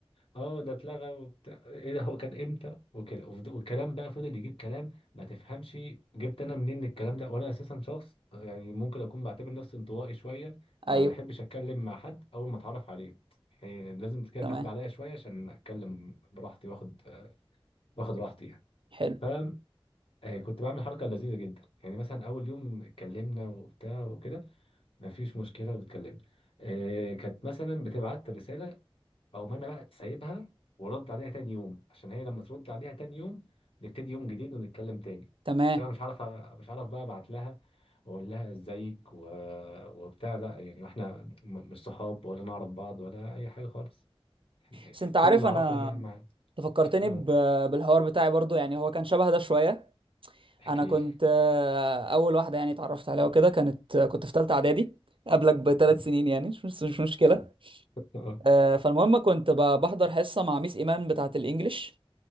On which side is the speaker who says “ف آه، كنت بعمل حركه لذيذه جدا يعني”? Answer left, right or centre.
Left